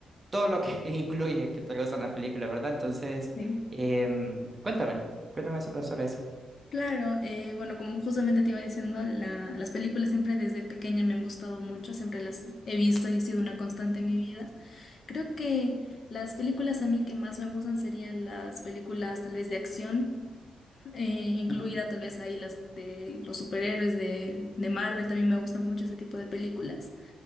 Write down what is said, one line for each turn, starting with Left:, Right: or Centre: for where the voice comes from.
Right: Todo lo que <laughs> incluye que te gustan las películas, ¿verdad? Entonces,
Left: Sí,
Right: em, cuéntame, cuéntame sobre eso.
Left: claro, eh, bueno, como justamente te iba diciendo, la- las películas siempre desde pequeña me han gustado mucho, siempre las he visto y ha sido una constante en mi vida. Creo que las películas a mí que más me gustan serían las películas tal vez de acción, eh, incluida
Right: Ujú.
Left: tal vez ahí las de los superhéroes de, de Marvel, también me gustan mucho ese tipo de películas.